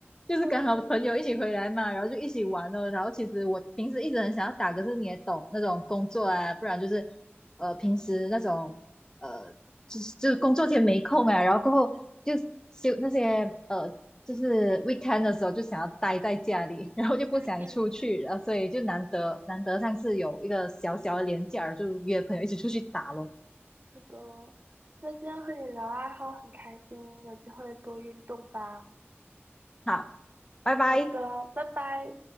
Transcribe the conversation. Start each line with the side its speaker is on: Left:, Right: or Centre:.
Left: 就是刚好朋友一起回来嘛，
Right: 嗯
Left: 然后就一起玩了。然后其实我平时一直很想要打，可是你也懂那种工作啊，不然就是呃平时那种呃就是就是工作天没空啊，然后过后就休那些呃就是 weekend 的时候就想要待在家里，然后就不想出去，
Right: 嗯嗯，
Left: 然后所以就难得难得上次有一个小小的连假，就约朋友一起出去打咯。
Right: 是的。那今天和你聊爱好很开心，有机会多运动吧。
Left: 好，拜拜。
Right: 好的，拜拜。